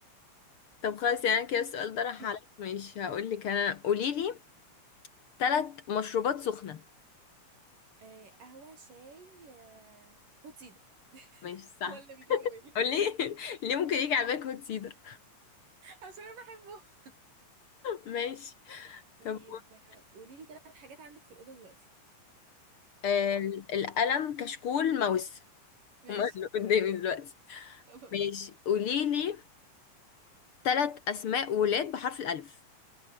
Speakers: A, on the left; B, on the right.
A: طب خلاص يعني كده السؤال ده راح
B: <laughs>
A: عليك مش هقول لك انا قولي لي ثلاث مشروبات سخنه
B: آه قهوة شاي آه هوت سيدر
A: ماشي صح
B: هو اللي بيجي على بالي
A: قولي <laughs> ليه ممكن يجي على بالك هوت سيدر
B: عشان انا بحبه
A: ماشي
B: طيب
A: طب قول.
B: آه، قولي لي ثلاث حاجات عندك في الأوضة دلوقتي
A: آه
B: بسرعة
A: القلم كشكول ماوس
B: ماشي
A: هم اللي قدامي دلوقتي
B: خلاص
A: ماشي قولي لي ثلاث اسماء ولاد بحرف الالف